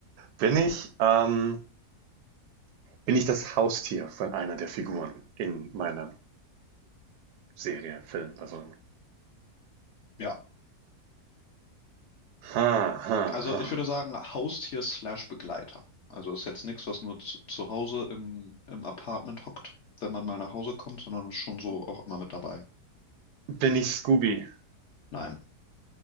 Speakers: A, on the right; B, on the left.
A: Bin ich, ähm, bin ich das Haustier von einer der Figuren in meiner Serie, Film, was auch immer?
B: Ja.
A: Ha, ha,
B: Also
A: ha.
B: ich würde sagen, Haustier slash Begleiter. Also ist jetzt nichts, was nur zu, zu Hause im, im Apartment hockt, wenn man mal nach Hause kommt, sondern ist schon so auch immer mit dabei.
A: Bin ich Scooby?
B: Nein.